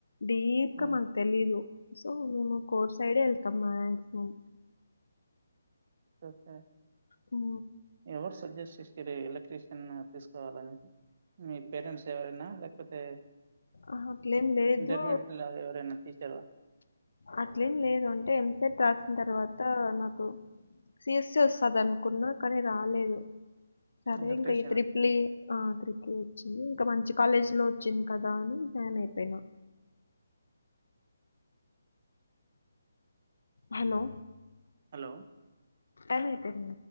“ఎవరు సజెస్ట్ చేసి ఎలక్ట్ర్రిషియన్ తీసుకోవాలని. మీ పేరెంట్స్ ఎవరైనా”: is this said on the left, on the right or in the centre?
Right